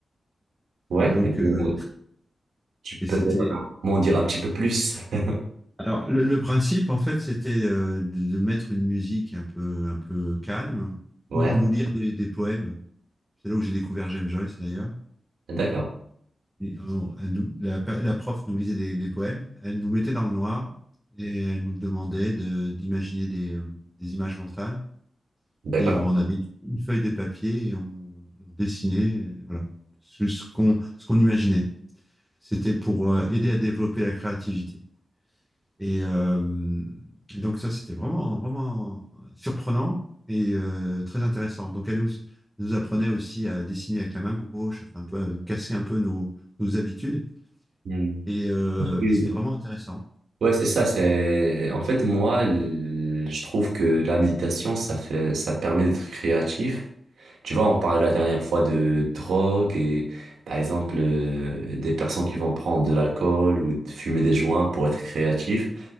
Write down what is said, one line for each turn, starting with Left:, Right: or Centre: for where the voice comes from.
Right: Ouais.
Centre: Donc, euh,
Right: Ou Tu
Centre: et
Right: peux
Centre: c'était.
Right: m'en dire un petit peu plus. <laughs>
Centre: Alors, le, le principe, en fait, c'était euh, de, de mettre une musique un peu, un peu calme
Right: Ouais,
Centre: ou nous lire des, des poèmes. C'est là où j'ai découvert James Joyce, d'ailleurs.
Right: d'accord,
Centre: Et, euh, elle nous- la, per- la prof nous lisait des, des poèmes. Elle nous mettait dans le noir et elle nous demandait de- d'imaginer des, euh, des images mentales.
Right: d'accord.
Centre: Et on, avait une feuille de papier et on, on dessinait, et voilà, ce ce qu'on ce qu'on imaginait. C'était pour euh, aider à développer la créativité. Et, euh, et donc ça, c'était vraiment vraiment surprenant et euh, très intéressant. Donc elle nous nous apprenait aussi à dessiner avec la main gauche, enfin, tu vois, casser un peu nos nos habitudes.
Right: Hmm.
Centre: Et, euh,
Right: Je
Centre: et c'était vraiment intéressant.
Right: Ouais, c'est ça, c'est en fait moi l- je trouve que la méditation ça fait ça permet d'être créatif Tu vois, on parlait la dernière fois de drogue et par exemple euh, des personnes qui vont prendre de l'alcool ou de fumer des joints pour être créatifs,